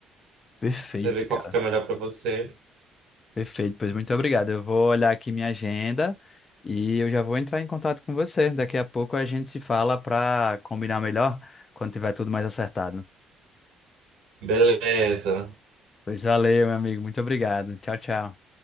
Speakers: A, on the left; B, on the right.
A: Perfeito,
B: Você vê
A: cara.
B: qual fica melhor pra você.
A: Perfeito, pois muito obrigado. Eu vou olhar aqui minha agenda e eu já vou entrar em contato com você. Daqui a pouco a gente se fala para combinar melhor quando tiver tudo mais acertado.
B: Beleza.
A: Pois valeu, meu amigo. Muito obrigado. Tchau, tchau.